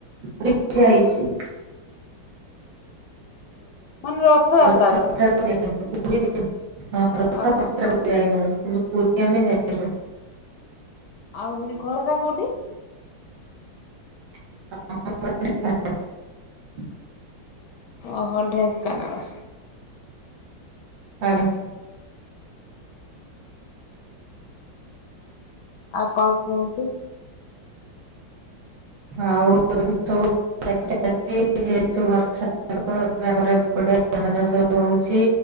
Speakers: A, on the right (about 85°); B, on the left (about 75°).
A: ପୁରୀ ଯାଇଚି
B: ମାନେ ରଥଯାତ୍ରାର
A: ରଥଯାତ୍ରାକୁ ଯାଇନୁ ପୁରୀ ହଁ ରଥଯାତ୍ରାକୁ
B: ଅହ।
A: ଯାଇନୁ କିନ୍ତୁ ପୁରୀ ଆମେ ଯାଇଚୁ।
B: ଆଉ ହଉଚି ଘରଟା କଉଠି?
A: <unintelligible>
B: ଅହୋ ଢେଙ୍କାନାଳ।
A: ଆଜ୍ଞା।
B: ଆଉ କଣ କୁହନ୍ତୁ -
A: ଆଉ <inaudible> ସବୁ। ଯେହେତୁ ବର୍ଷା ଏବେ ଆମର ଏପଟେ ଧାନ ଚାଷ ହୋଉଛି।